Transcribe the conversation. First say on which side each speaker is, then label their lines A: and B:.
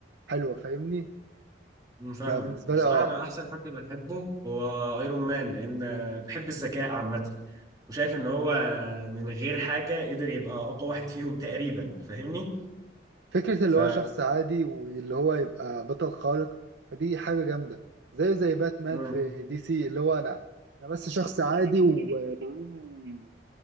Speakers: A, on the right (about 65°); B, on the right (about 20°).
A: حلوة فاهمني
B: مم، فاهمك
A: فبالنسبة
B: بصراحة
A: لي اه
B: أنا أحسن حد بحبه هو أيرون مان لأن بحب الذكاء عامة وشايف إن هو من غير حاجة قدر يبقى أقوى واحد فيهم تقريبا فاهمني؟
A: فكرة اللي
B: ف
A: هو شخص عادي واللي هو يبقى بطل خارق فدي حاجة جامدة زيه زي باتمان
B: مم.
A: في دي سي اللي هو أنا أنا بس شخص عادي ومعايا معايا